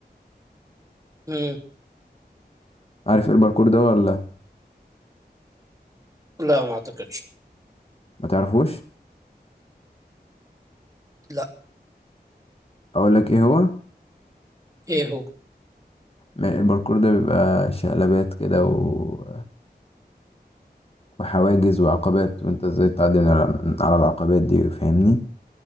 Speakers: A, on the right (about 20°); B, on the left (about 35°).
A: مم.
B: عارف ايه الباركور ده ولا
A: لا ما اعتقدش
B: ما تعرفوش
A: لا
B: اقول لك ايه هو
A: ايه هو
B: م- الباركور ده بيبقى شقلبات كده و... وحواجز وعقبات وانت ازاي تعدي من الع- من على العقبات دي فاهمني